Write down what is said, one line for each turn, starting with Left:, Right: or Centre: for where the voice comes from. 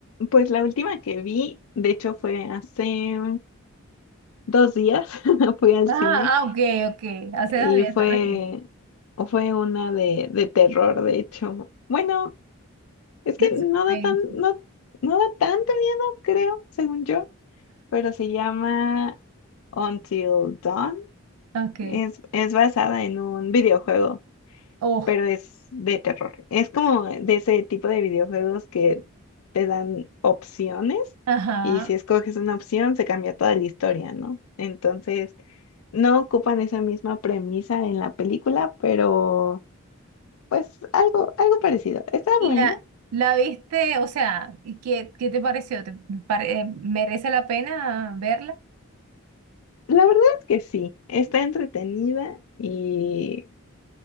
Left: pues la última que vi, de hecho, fue hace dos días. <laughs> Fui al
Right: Ah,
Left: cine
Right: ah, ok, ok, hace
Left: y
Right: dos días
Left: fue,
Right: está recién.
Left: fue una de, de terror, de hecho. Bueno, Es
Right: De
Left: que
Right: suspenso.
Left: no da tan, no, no da tanto miedo, creo, según yo, pero se llama Until Dawn.
Right: Ok.
Left: Es, es basada en un videojuego,
Right: Oh,
Left: pero es de terror. Es como de ese tipo de videojuegos que te dan opciones
Right: ajá.
Left: y si escoges una opción se cambia toda la historia, ¿no? Entonces, no ocupan esa misma premisa en la película, pero pues algo, algo parecido. Está
Right: ¿Y
Left: buena.
Right: la, la viste? O sea, ¿y qué, qué te pareció? ¿Te pare- eh, ¿merece la pena verla?
Left: La verdad es que sí, está entretenida y,